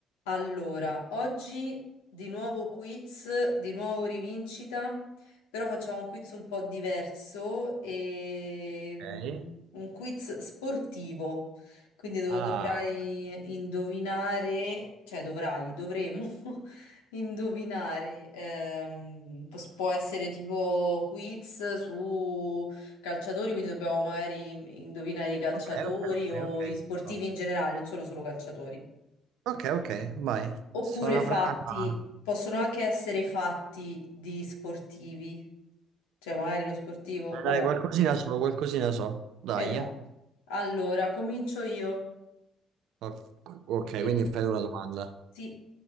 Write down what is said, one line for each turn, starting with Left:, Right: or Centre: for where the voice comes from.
Left: Allora, oggi di nuovo quiz, di nuovo rivincita, però facciamo un quiz un po' diverso e
Right: Ok.
Left: mm, un quiz sportivo. Quindi dov-
Right: Ah,
Left: dovrai indovinare, cioè dovrai, dovremo <laughs> indovinare. ehm, pos- può essere tipo quiz su calciatori, quindi dobbiamo magari indovinare i calciatori
Right: ok, ok,
Left: o
Right: ok, ok.
Left: i sportivi
Right: So.
Left: in generale, non sono solo calciatori.
Right: Ok, ok, vai.
Left: Oppure
Right: Sono
Left: fatti,
Right: frana.
Left: possono anche essere fatti di sportivi, cioè magari lo sportivo,
Right: Eh,
Left: vabbè,
Right: Dai, qualcosina so, qualcosina so. Dai,
Left: esatto.
Right: eh.
Left: Allora, comincio io.
Right: O- Ok,
Left: E
Right: quindi fai tu la domanda.
Left: sì,